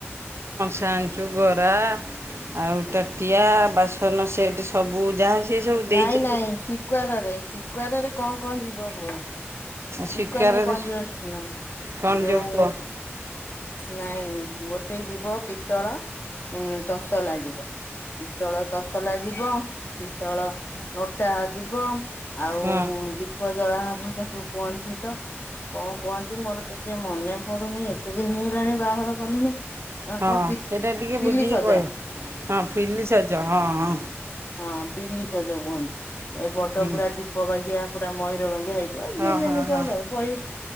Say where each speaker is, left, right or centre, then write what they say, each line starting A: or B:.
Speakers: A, on the right; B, on the left.
A: ଆଣିଚୁ ଗରା ଆଉ ତାଟିଆ ବାସନ ସେଟ୍ ସବୁ ଯାହା ସେ ସବୁ ଦେଇଛନ୍ତି
B: ନାଇଁ ନାଇଁ ସିକ୍ୱାରରେ ସିକ୍ୱାରରେ କଣ କଣ ଯିବ କୁହ?
A: ଆଉ ଶିକାରରେ
B: ସିକ୍ୱାରରେ କଣ ଯିବ ଶୁଣ
A: କ'ଣ
B: ଯୋଉ
A: ଯେଉଁ କୁହ
B: ନାଇଁ ଗୋଟେ ଯିବ ପିତ୍ତଳ ଉୁଁ ତସଲା ଯିବ ପିତ୍ତଳ ତସଲା ଯିବ ପିତ୍ତଳ ନୋଟା ଯିବ ଆଉ
A: ହଁ
B: ଦୀପ ଜଳାହବ ତାକୁ କୁହନ୍ତି ତ କଣ କୁହନ୍ତି ମୋର ଟିକେ ମନେ ପଡୁନି ଏତେ ଦିନ ହେଇଗଲାଣି ବାହାଘର କଲିଣି। ଆ
A: ହଁ
B: କଣ ପି-ପିଲିସଜା।
A: ସେଇଟା ଟିକେ ବୁଝିକି କହିବ ହଁ ପିଲିସଜ ହଁ ହଁ।
B: ହଁ ପିଲି ସଜ କୁହନ୍ତି ଏ ବଡ
A: ହୁଁ
B: ପୁରା ଦୀପ ବାଗିଆ ପୁରା ମୟୂର ବାଗିଆ ହେଇ ଥିବ
A: ହଁ
B: ଯିଏ ଯେମିତି
A: ହଁ ହଁ
B: ଦେଉ ପଇ